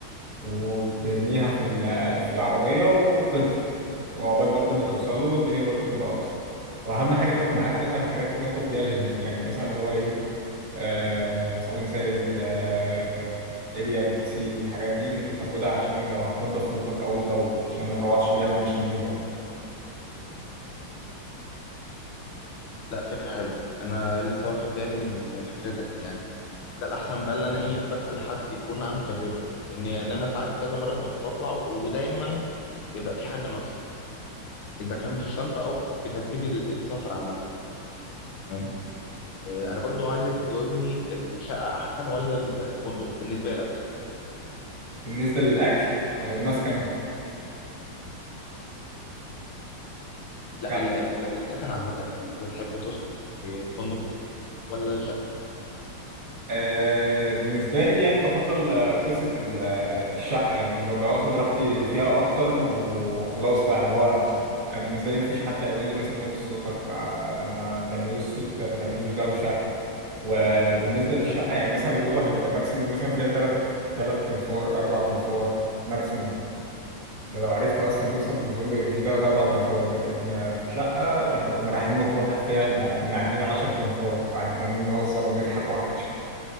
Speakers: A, on the right (about 40°); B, on the left (about 80°).
A: وترميها في ال- في العربية وخلصت وعقبال برضو ما توصلوا الدنيا برضو بتبقى أبسط واهم حاجه تاخد معاك مثلا حاجات تنظف بيها الهدوم يعني مثلا اللي هو ايه آه، صابون سائل آه، اريال برسيل الحاجات دي ممكن تاخدها عشان لو هتنضف هدومك اول باول عشان ما تروحش بيها مش نظيفه
B: لا فكرة حلوة أنا لسه واخد بالي من فكرتك يعني ده الأحسن بقى اللي أنا إيه بسأل حد يكون عنده تجربة إن إن أنا ساعات كذا مرة كنت بطلع ودايما بيبقى في حاجة ناقصة إذا كان في الشنطة أو في ترتيب ال- السفر عامة تمام آه، أنا برضو عايزك تجاوبني الشقة أحسن ولا ال- الفندق بالنسبة لك؟
A: بالنسبه للاكل ولا المسكن
B: لا
A: بتاعك؟
B: ال- ال- السكن عامة يعني انت بتحب تسكن في فندق ولا شقة
A: آه بالنسبه لي يعني بفضل آه، قصه ال- آه، الشقه لان ببقى واخد راحتي فيها اكتر وخلاص بقى اللي هو أنا بالنسبه لي مفيش حد هيقول لي مثلا وطي صوتك آه، ما تعملوش صوت ما تعملوش دوشه وبالنسبة للشقة يعني مثلا الأوضة هتبقى ماكسيمم مثلا فيها تلات تلات تنفار أربع تنفار ماكسيمم ده لو عرفت أصلا توصل للفندق يبقى فيه تلات أربع تنفار لكن في شقة إحنا كنا رايحين مطروح فيها كنا عدينا عشر تنفار وقاعدين عمالين نهزر ونضحك ومحدش